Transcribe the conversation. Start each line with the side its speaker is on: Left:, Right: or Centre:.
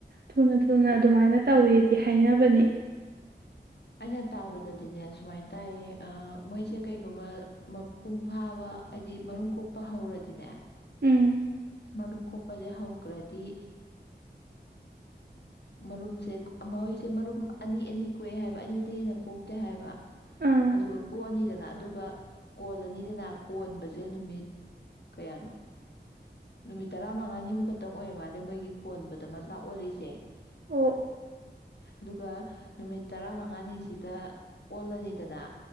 Right: ꯊꯨꯅ ꯊꯨꯅ ꯑꯗꯨꯃꯥꯏꯅ ꯇꯧꯋꯦꯗꯤ ꯍꯥꯏꯅꯕꯅꯦ
Left: ꯑꯩꯅ ꯇꯥꯕꯗꯗꯤꯅꯦ ꯁꯨꯃꯥꯏꯅ ꯇꯥꯏꯌꯦ ꯃꯣꯏꯁꯦ ꯀꯩꯒꯨꯝꯕ ꯃꯄꯨꯡ ꯐꯥꯕ ꯍꯥꯏꯗꯤ ꯃꯔꯨꯝ ꯀꯣꯛꯄ ꯍꯧꯔꯗꯤꯅꯦ
Right: ꯎꯝ
Left: ꯃꯔꯨꯝ ꯀꯣꯛꯄꯁꯦ ꯍꯧꯈ꯭ꯔꯗꯤ ꯃꯔꯨꯝꯁꯦ ꯃꯣꯏꯁꯦ ꯃꯔꯨꯝ ꯑꯅꯤ ꯑꯅꯤ ꯀꯣꯛꯑꯦ ꯍꯥꯏꯕ ꯑꯅꯤꯗ ꯍꯦꯟꯅ ꯀꯣꯛꯇꯦ ꯍꯥꯏꯕ
Right: ꯑꯥ
Left: ꯑꯗꯨꯒ ꯀꯣꯛꯑꯅꯤꯗꯅ ꯑꯗꯨꯒ ꯀꯣꯜꯂꯅꯤꯗꯅ ꯀꯣꯟꯕꯁꯦ ꯅꯨꯃꯤꯠ ꯀꯌꯥꯅꯣ ꯅꯨꯃꯤꯠ ꯇꯔꯥ ꯃꯉꯥꯅꯤꯃꯨꯛ ꯈꯛꯇꯪ ꯑꯣꯏꯔꯦ ꯃꯥꯜꯂꯦ ꯃꯣꯏꯒꯤ ꯀꯣꯟꯕꯗ ꯃꯁꯥ ꯑꯣꯜꯂꯤꯁꯦ
Right: ꯑꯣ
Left: ꯑꯗꯨꯒ ꯅꯨꯃꯤꯠ ꯇꯔꯥ ꯃꯉꯥꯅꯤꯁꯤꯗ ꯑꯣꯜꯂꯅꯤꯗꯅ